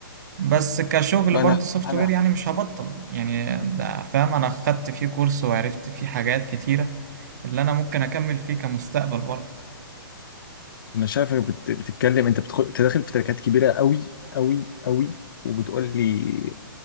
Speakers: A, on the right; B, on the left.
A: بس كشغل
B: ما
A: برضه
B: انا
A: سوفت
B: انا
A: وير يعني مش هبطل يعني ده فاهم أنا خدت فيه كورس وعرفت فيه حاجات كتيرة اللي أنا ممكن أكمل فيه كمستقبل برضه
B: انا شايفك بت... بتتكلم انت بتدخل تداخل في تركات كبيرة قوي قوي قوي وبتقول لي